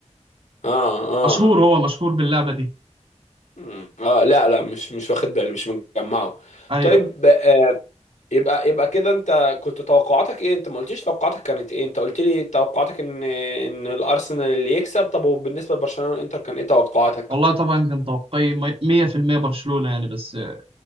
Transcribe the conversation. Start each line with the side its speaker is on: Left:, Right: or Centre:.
Left: اه اه
Right: مشهور هو مشهور باللعبة دي
Left: مم. اه لا لا مش مش واخد بالي مش مجمعه
Right: ايوه
Left: طيب آه يبقى يبقى كده انت كنت توقعاتك ايه انت ما قلتليش توقعاتك كانت ايه انت قلت لي توقعاتك ان ان الارسنال اللي يكسب طب وبالنسبه لبرشلونه والانتر كان ايه توقعاتك
Right: والله طبعا كان توقعي 100% برشلونة يعني بس آه،